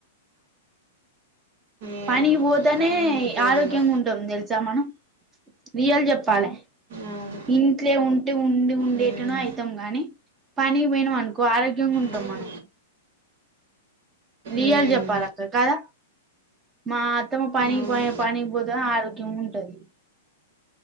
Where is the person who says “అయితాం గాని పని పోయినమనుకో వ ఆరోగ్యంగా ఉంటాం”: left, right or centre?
Right